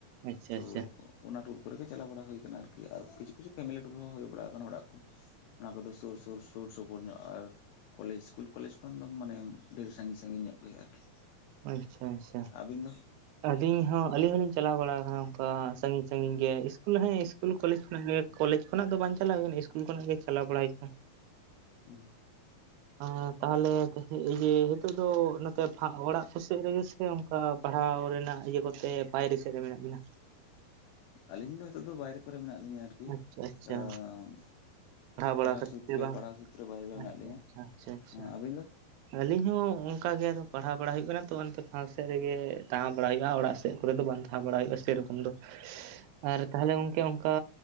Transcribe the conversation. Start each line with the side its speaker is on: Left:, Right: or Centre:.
Right: ᱟᱪᱪᱷᱟ
Left: ᱪᱳ
Right: ᱟᱪᱪᱷᱟ
Left: ᱚᱱᱟ ᱴᱩᱨ ᱠᱚᱨᱮᱜᱮ ᱪᱟᱞᱟᱣ ᱵᱟᱲᱟ ᱦᱩᱭ ᱠᱟᱱᱟ ᱟᱨᱠᱤ ᱟᱨ ᱠᱤᱪᱷᱩ ᱠᱤᱪᱷᱩ ᱯᱷᱢᱮᱞᱤ ᱴᱩᱨ ᱦᱚᱸ ᱦᱩᱭ ᱵᱟᱲᱟ ᱠᱟᱱᱟ ᱚᱲᱟᱜ ᱠᱷᱚᱱ ᱚᱱᱟ ᱠᱚᱫᱚ ᱥᱳᱨ ᱥᱳᱨ ᱥᱳᱨ ᱥᱳᱯᱳᱨ ᱧᱚᱜ ᱟᱨ ᱠᱚᱞᱮᱡᱽ ᱥᱤᱥᱠᱩᱞ ᱠᱚᱞᱮᱡᱽ ᱠᱷᱚᱱ ᱫᱚ ᱢᱟᱱᱮ ᱰᱷᱮᱨ ᱥᱟᱺᱜᱤᱧ ᱥᱟᱺᱜᱤᱧ ᱧᱚᱜ ᱜᱮ ᱟᱨᱠᱤ
Right: ᱟᱪᱪᱷᱟ ᱟᱪᱪᱷᱟ
Left: ᱟᱹᱵᱤᱱ ᱫᱚ?
Right: ᱟᱹᱞᱤᱧ ᱦᱚᱸ ᱟᱹᱞᱤᱧ ᱦᱚᱸᱞᱤᱧ ᱪᱟᱞᱟᱣ ᱵᱟᱲᱟ ᱠᱟᱱᱟ, ᱚᱱᱠᱟ ᱥᱟᱺᱜᱤᱧ ᱥᱟᱹᱜᱤᱧ ᱜᱮ ᱤᱥᱠᱩᱞ ᱦᱮᱸ ᱤᱥ ᱤᱥᱠᱩᱞ ᱠᱚᱞᱮᱡᱽ ᱠᱷᱚᱱᱟᱜ ᱜᱮ ᱠᱚᱞᱮᱡᱽ ᱠᱷᱚᱱᱟᱜ ᱫᱚ ᱵᱟᱝ ᱪᱟᱞᱟᱣ ᱦᱩᱭ ᱠᱟᱱᱟ ᱤᱥᱠᱩᱞ ᱠᱷᱚᱱᱟᱜ ᱜᱮ ᱪᱟᱞᱟᱣ ᱵᱟᱲᱟ ᱦᱩᱭ ᱠᱟᱱᱟ
Left: <unintelligible>
Right: ᱟ ᱛᱟᱦᱚᱞᱮ ᱮ ᱡᱮ ᱦᱤᱛᱚᱜ ᱫᱚ ᱱᱚᱛᱮ ᱯᱷᱟ ᱚᱲᱟᱜ ᱥᱳᱨ ᱨᱮᱜᱮ ᱥᱮ ᱚᱱᱠᱟ ᱯᱟᱲᱦᱟᱣ ᱨᱮᱱᱟᱜ ᱤᱭᱟᱹ ᱠᱚᱛᱮ ᱵᱟᱭᱨᱮ ᱥᱮᱫ ᱨᱮ ᱢᱮᱱᱟᱜ ᱵᱤᱱᱟ?
Left: ᱟᱹᱞᱤᱧ ᱫᱚ ᱱᱤᱛᱚᱜ ᱫᱚ ᱵᱟᱭᱨᱮ ᱠᱚᱨᱮᱜ ᱢᱮᱱᱟᱜ ᱞᱤᱧᱟ ᱟᱨᱠᱤ,
Right: ᱟᱪᱪᱷᱟ ᱟᱪᱪᱷᱟ
Left: ᱮᱜ
Right: ᱵᱟᱲᱟ
Left: ᱯᱟᱲᱦᱟᱣ
Right: ᱠᱷᱟᱹᱛᱤᱨ
Left: ᱥᱩᱛᱨᱮ,
Right: ᱛᱮ ᱵᱟᱝ
Left: ᱯᱟᱲᱦᱟᱣ ᱥᱩᱛᱨᱮ ᱵᱟᱭᱨᱮ ᱨᱮ ᱢᱮᱱᱟᱜ
Right: ᱟᱪᱪᱷᱟ
Left: ᱞᱤᱧᱟ
Right: ᱟᱪᱪᱷᱟ ᱟᱪᱪᱷᱟ
Left: ᱦᱮᱸ ᱟᱹᱵᱤᱱ ᱫᱚ?
Right: ᱟᱹᱞᱤᱧ ᱦᱚᱸ ᱚᱱᱠᱟ ᱜᱮ ᱟᱫᱚ ᱯᱟᱲᱦᱟᱣ ᱵᱟᱲᱟ ᱦᱩᱭᱩᱜ ᱠᱟᱱᱟ ᱛᱚ ᱚᱱᱛᱮ ᱯᱷᱟᱠ ᱥᱮᱫ ᱨᱮᱜᱮ ᱛᱟᱦᱮᱸ ᱵᱟᱲᱟ ᱦᱩᱭᱩᱜᱼᱟ, ᱚᱲᱟᱜ ᱥᱮᱫ ᱠᱚᱨᱮ ᱫᱚ ᱵᱟᱝ ᱛᱟᱦᱮᱸ ᱵᱟᱲᱟ ᱦᱩᱭᱩᱜᱼᱟ ᱥᱮᱨᱚᱠᱚᱢ ᱫᱚ, ᱟᱨ ᱛᱟᱦᱚᱞᱮ ᱜᱚᱢᱠᱮ ᱚᱝᱠᱟ